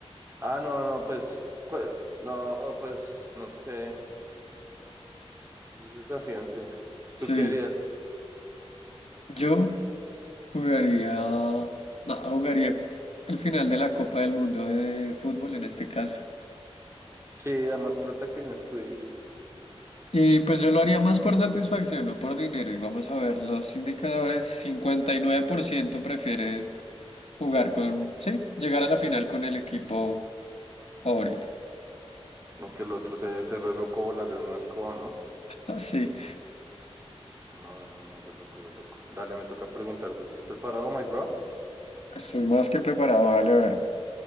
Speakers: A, on the right; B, on the left.
A: ah, no, no, pues, cua- no, pues, no sé. Es desafiante.
B: Sí,
A: ¿Tú qué harías?
B: yo Jugaría, no, jugaría el final de la Copa del Mundo de fútbol en este caso.
A: Sí, da más plata que un squid.
B: Y pues yo lo haría más por satisfacción, no por dinero. Y vamos a ver los indicadores. cincuenta y nueve por ciento prefiere jugar con, sí, llegar a la final con el equipo favorito.
A: No que el otro sea ese re loco volar en una escoba, ¿no?
B: Así,
A: No, no, no, re loco, re loco. Dale, me toca preguntarte, ¿estás preparado, my bro?
B: estoy más que preparado. Vale, a ver.